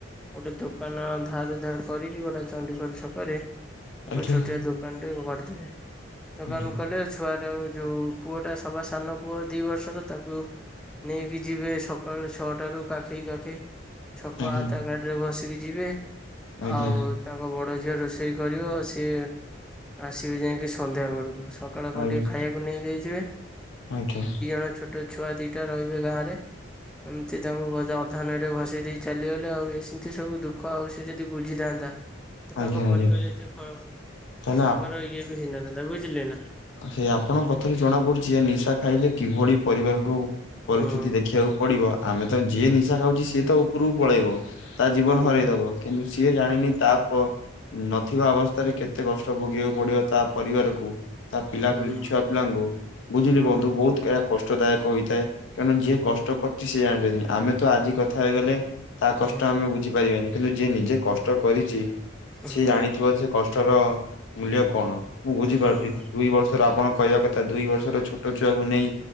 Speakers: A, in the centre; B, on the left.
A: ଗୋଟେ ଦୋକାନ ଧାର ଉଧାର କରିକି ଗୋଟେ ଚଣ୍ଡିଖୋଲ ଛକରେ ତାକୁ
B: ଆଜ୍ଞା
A: ଛୋଟିଆ ଦୋକାନ ଟେ କରିଦେବେ ଦୋକାନ
B: ଆଜ୍ଞା
A: କଲେ ଛୁଆ ସେଟା ଯୋଉ ପୁଅଟା ସବା ସାନ ପୁଅ ଦି ବର୍ଷର ତାକୁ ନେଇକି ଯିବେ ସକାଳୁ ଛଅଟାରୁ କାଖେଇ କାଖେଇ ଛକ
B: ଆଜ୍ଞା
A: ଆ ତା ଗାଡି ରେ ବସିକି ଯିବେ
B: ଆଜ୍ଞା
A: ଆଉ ତାଙ୍କ ବଡ ଝିଅ ରୋଷେଇ କରିବ ସିଏ ଆସିବେ ଯାଇକି ସନ୍ଧ୍ୟାବେଳକୁ। ସକାଳେ
B: ଆଜ୍ଞା।
A: କଣ ଟିକେ ଖାଇବାକୁ ନେଇଯାଇଥିବେ।
B: ଆଜ୍ଞା।
A: ଛୋଟ ଛୁଆ ଦିଟା ରହିବେ ଗାଁରେ। ଏମିତି ତାଙ୍କୁ ଅଧାନରେ ଭସେଇ ଦେଇ ଚାଲିଗଲେ ଆଉ ଏଇ ସେମିତି ସବୁ ଦୁଃଖ ଆଉ ସେ ଯଦି ବୁଝିଥାନ୍ତା। ତ
B: ଆଜ୍ଞା
A: ତାଙ୍କ
B: ଆଜ୍ଞା
A: ପରିବାର ଏତେ ହଁ
B: ତାହେଲେ
A: ତାଙ୍କର ଇଏ ବି ହେଇନଥାନ୍ତା ବୁଝିଲେ ନା?
B: ସେଇ ଆପଣଙ୍କ କଥାରୁ ଜଣା ପଡୁଛି ଯେ ନିଶା ଖାଇଲେ କିଭଳି ପରିବାରକୁ
A: ହୁଁ
B: ପରିସ୍ଥିତି ଦେଖିବାକୁ ପଡିବ ଆମେ ତ ଯିଏ ନିଶା ଖାଉଛ ସିଏ ତ ଉପରକୁ ପଳେଇବ। ତା ଜୀବନ
A: ହୁଁ
B: ହରେଇଦେବ କିନ୍ତୁ ସିଏ ଜାଣିନି
A: ହୁଁ
B: ତାପ ନଥିବା ଅବସ୍ଥାରେ କେତେ କଷ୍ଟ ଭୋଗିବାକୁ ପଡିବ ତା ପରିବାରକୁ। ତା ପିଲା
A: ହୁଁ
B: ପିଲି ଛୁଆ ପିଲାଙ୍କୁ ବୁଝିଲି
A: ହୁଁ
B: ବନ୍ଧୁ ବହୁତ କଷ୍ଟଦାୟକ ହୋଇଥାଏ। କାରଣ ଯିଏ କଷ୍ଟ କରଛି ସେ ଜାଣିଛନ୍ତି ଆମେ ତ ଆଜି କଥା ହେଇଗଲେ। ତା କଷ୍ଟ
A: ହୁଁ
B: ଆମେ ବୁଝିପାରିଵାନି କିନ୍ତୁ ଯିଏ ନିଜେ କଷ୍ଟ କରିଛି।
A: ହୁଁ
B: ସେ ଜାଣିଥିବ ସେ କଷ୍ଟର ମୂଲ୍ୟ କଣ ମୁଁ ବୁଝିପାରୁଛି।
A: ହୁଁ
B: ଦୁଇ ବର୍ଷର ଆପଣ କହିବା କଥା ଦୁଇ ବର୍ଷର ଛୋଟ ଛୁଆକୁ ନେଇ